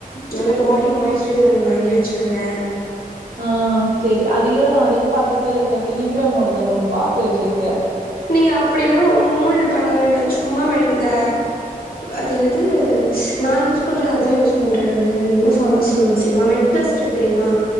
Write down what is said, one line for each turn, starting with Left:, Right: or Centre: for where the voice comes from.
Left: நல்ல பாடி மாய்ஸச்சரை ஒண்ணு வாங்கி வச்சுக்கோங்க
Right: ஆஹ்ஹ் சரி அதையும் அதையும் பார்த்துதான் இருக்கேன் பிலிகிராமோடத ஒண்ணு பாத்து வச்சிருக்கேன்
Left: நீங்க அப்படினா ஒன்னும் இது பண்ண வேண்டாம் சும்மா ம இந்த அது என்னது நான் யூஸ் பண்றது அதுதான் யூஸ் பண்றேன் நானு என்ன பார்மஸிஸ்ட்வ தெரியுமா மெட் பிளஸ் இருக்கு தெரியுமா